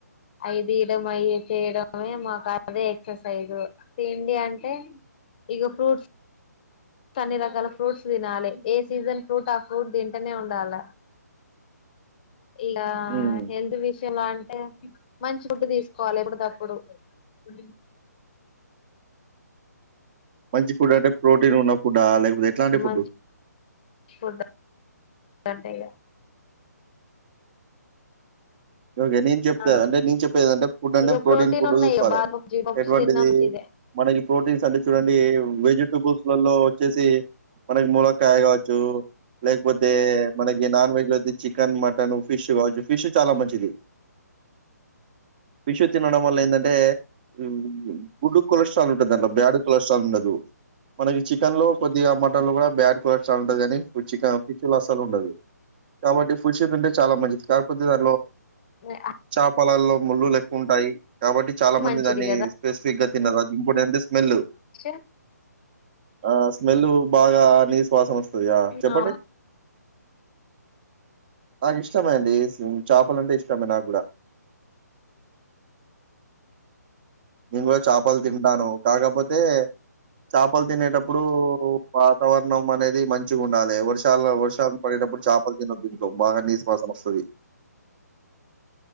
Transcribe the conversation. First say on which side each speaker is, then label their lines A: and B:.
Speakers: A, on the left; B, on the right.
A: అవి తీయడం అయ చేయడమే మాకు అదే ఎక్సర్సైజ్ తిండి అంటే ఇగ ఫ్రూట్స్ స్ అన్ని రకాల ఫ్రూట్స్ తినాలి ఏ సీజన్ ఫ్రూట్ ఆ ఫ్రూట్ తింటనే ఉండాలా అవు ఇగా
B: ఉమ్.
A: హెల్త్ విషయం అంటే మంచి ఫుడ్ తీసుకోవాలి ఎప్పుడు ది అప్పుడు పలి
B: మంచి ఫుడ్ అంటే ప్రోటీన్ ఉన్న ఫుడ్డా లేకపోతే ఎట్లాంటి ఫుడ్డు
A: మంచి ఫుడ్ అంటే ఇగ
B: ఓకే నేను చెప్త్
A: ఆ
B: అంటే నేను చెప్పేదంటే ఫుడ్ అంటే
A: ఇక
B: ప్రోటీన్ ఫుడ్
A: ఉన్నాయి
B: తీసుకోవాలే
A: ఇక బాదపప్పు జీడిపప్పు
B: ఎటువంటిది
A: తిన్నా మంచిదే
B: మనకి ప్రోటీన్స్ అంటే చూడండి వెజిటబుల్స్ లలో వచ్చేసి మనకి మూలకాయ కావచ్చు లేకపోతే మనకి నాన్ వెజ్ లేతే చికెన్ మటన్ ఫిష్ కావచ్చు ఫిష్ చాలా మంచి ది ఫిష్ తినడం వల్ల ఏందంటే మ్ గుడ్ కొలెస్ట్రాల్ ఉంటది దాంట్లో బ్యాడ్ కొలెస్ట్రాల్ ఉండదు మనకి చికెన్ లో కొద్దిగా మటన్ లో కూడా బ్యాడ్ కొలస్ట్రాల్ ఉంటది కాని చికెన్ ఫిష్ లో అసలు ఉండదు కాబట్టి ఫిష్ తింటే చాలా మంచిది కాకపోతే దా
A: నె అ
B: చాపలల్లో ముళ్ళలు ఎక్కువ ఉంటాయి కాబట్టి చాలా మంది
A: మంచిది
B: దాన్ని
A: కదా
B: స్పెసిఫిక్ గా తినరు అది ఇంకో ఏ తేళ్ళు
A: చ
B: ఆ స్మెల్ బాగా నిస్వాసన వస్తదిగా చెప్పండి
A: ఆ
B: నాకు ఇష్టమే అండి స్ చేపలంటే ఇష్ ష్టమే నాగూడ నెంగూడ చపలు తింటాను కాకపోతే చపలు తినేటప్పుడు వాతావరణం అనేది మంచిగా ఉండాలి వర్షాలు వర్షాలు పడేటప్పుడు చపలు తినొద్దు గోబాగా నిస్వాసనొస్తాధి